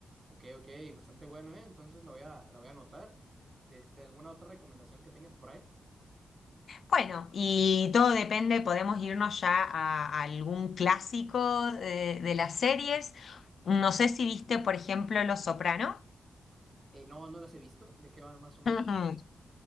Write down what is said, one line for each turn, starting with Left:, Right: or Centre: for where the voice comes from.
Right: Ok, ok, bastante bueno, ¿eh? Entonces lo voy a, la voy a anotar. Este, ¿alguna otra recomendación que tengas por ahí?
Left: Bueno, y todo depende, podemos irnos ya a, a algún clásico eh, de las series. No sé si viste, por ejemplo, Los Soprano.
Right: Eh, no, no las he visto. ¿De qué van más o menos?
Left: <laughs>